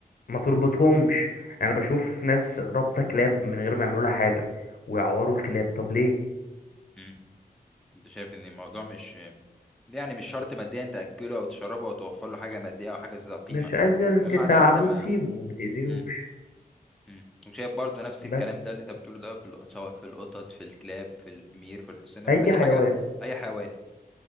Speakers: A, on the left; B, in the centre.
A: ما تربطهمش انا بشوف ناس رابطه كلاب من غير ما يعملوا لها حاجه ويعوروا الكلاب طب ليه
B: مم. انت شايف ان الموضوع مش يعني مش شرط ماديا تاكله او تشربه او توفر له حاجه ماديه او حاجه ذات قيمه
A: مش قادر
B: المهم
A: تساعده
B: على الاقل ما
A: سيبه ما تأذيهوش
B: مم. مم. وشايف برضو نفس الكلام
A: بس
B: ده اللي انت بتقوله ده في ال- سواء في القطط في الكلاب في الحمير في الحصينه في
A: اي
B: اي
A: حيوان
B: حاجه اي حيوان